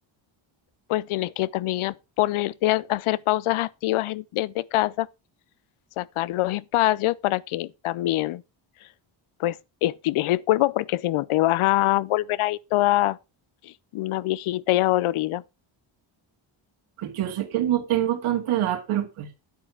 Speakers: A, on the left (about 80°); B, on the right (about 80°).
A: pues tienes que también a- ponerte a hacer pausas activas en- desde casa, sacar los espacios para que también pues estires el cuerpo porque si no te vas a volver ahí toda una viejita y adolorida.
B: Pues yo sé que no tengo tanta edad, pero pues